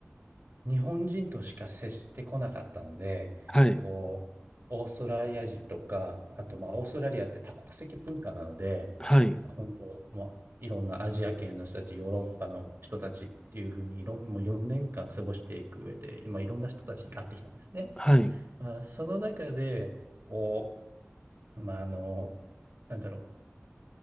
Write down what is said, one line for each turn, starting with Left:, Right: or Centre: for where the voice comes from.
Right: 日本人としか接してこなかったので、
Left: はい、
Right: こう、オーストラリア人とか、あとまあ、オーストラリアって多国籍文化なので、
Left: はい、
Right: 本当、もういろんなアジア圏の人たち、ヨーロッパの人たちっていうふうにいろん、もう4年間過ごしていく上で、今いろんな人たちに会ってきたんですね。
Left: はい、
Right: まあ、その中で、こう、まあ、あの、なんだろ